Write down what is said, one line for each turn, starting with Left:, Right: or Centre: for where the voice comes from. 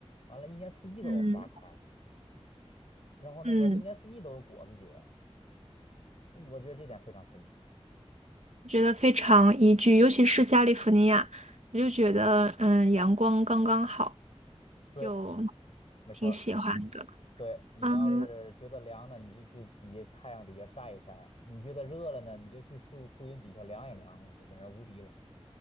Left: 完了，一年四季都有花开，
Right: 嗯
Left: 然后那个一年四季都有果子结，
Right: 嗯，
Left: 我觉得这点非常神奇。
Right: 觉得非常宜居，尤其是加利福尼亚，我就觉得嗯，阳光刚刚好，
Left: 对，
Right: 就
Left: 没错儿。
Right: 挺喜欢的。
Left: 对，你要是觉得凉呢，
Right: 嗯，
Left: 你就去底下太阳底下晒一晒；你觉得热了呢，你就去树树荫底下凉一凉。哇塞，简直无敌了！